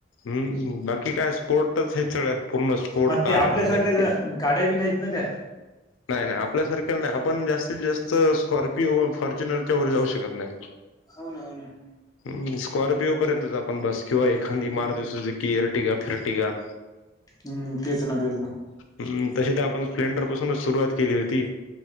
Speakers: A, on the left; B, on the left.
A: हम्म बाकी काय स्पोर्टच हे सगळ पूर्ण पोट
B: मग
A: कारण
B: ते आपल्यासारख्या
A: हे
B: ज्या
A: ते
B: गाड्या बी नाहीत ना त्या.
A: नाही नाही आपल्यासारख्याला नाही आपण जास्तीत जास्त स्कॉर्पिओ, फॉर्च्युनरच्या वर जाऊ शकत नाही.
B: हो ना हो ना‌.
A: हम्म स्कॉर्पिओ पर्यंतच आपण बस किंवा एखादी
B: हं.
A: मारूती सुजूकी एर इरटिका फिरटिका.
B: हम्म तेच ना तेच ना.
A: हम तशी तर आपण स्प्लेंडर पासूनच सुरुवात केली होती.